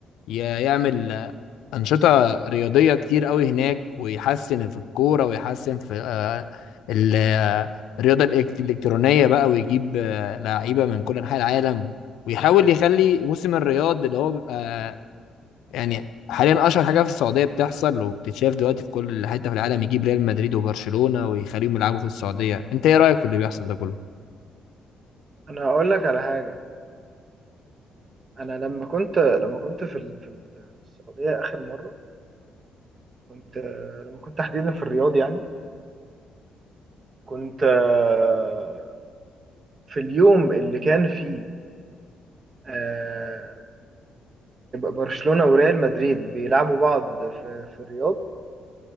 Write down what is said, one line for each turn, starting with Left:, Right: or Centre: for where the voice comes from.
Left: ي- يعمل آه، انشطه رياضيه كتير قوي هناك ويحسن في الكوره ويحسن في آه، ال- آه، الرياضه الإلك- الالكترونيه بقى ويجيب آه، لعيبه من كل انحاء العالم ويحاول يخلي موسم الرياض اللي هو بيبقى يعني حاليا اشهر حاجه في السعوديه بتحصل وبتتشاف دلوقتي في كل حته في العالم يجيب ريال مدريد وبرشلونه ويخليهم يلعبوا في السعوديه انت ايه رايك في اللي بيحصل ده كله
Right: انا هقول لك على حاجه انا لما كنت لما كنت في ال- في السعوديه اخر مره كنت آه، لما كنت تحديدا في الرياض يعني كنت آه، في اليوم اللي كان فيه آه، برشلونه وريال مدريد بيلعبوا بعض في في الرياض